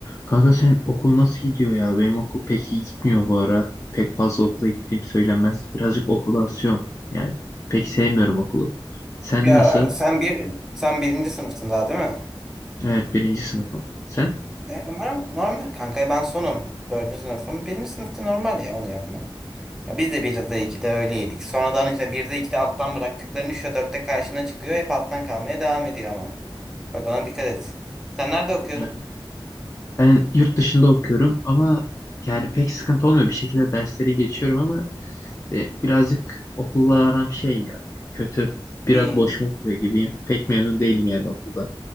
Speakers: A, on the left; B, in the centre.
A: Kanka sen okul nasıl gidiyor ya? Benim okul pek iyi gitmiyor bu ara. Pek fazla okula gittiğim söylenmez. Birazcık okula asıyorum yani. Pek sevmiyorum okulu. Sen
B: Ya
A: nasıl?
B: sen bir sen birinci sınıftın daha değil mi?
A: Evet birinci sınıfım. Sen?
B: Ne, normal, normal kanka ben sonum. Dördüncü sınıfım. Birinci sınıfta normal ya onu yapman. Ya biz de bir de iki de öyleydik. Sonradan işte bir de iki de alttan bıraktıkların üçte dörtte karşına çıkıyor. Hep alttan kalmaya devam ediyor ama. Bak ona dikkat et. Sen nerede okuyordun?
A: Yani ben yurt dışında okuyorum ama yani pek sıkıntı olmuyor. Bir şekilde dersleri geçiyorum ama e, birazcık okulla aram şey yani kötü. Biraz
B: İyi.
A: boş okuyor gibiyim. Pek memnun değilim yani okulda.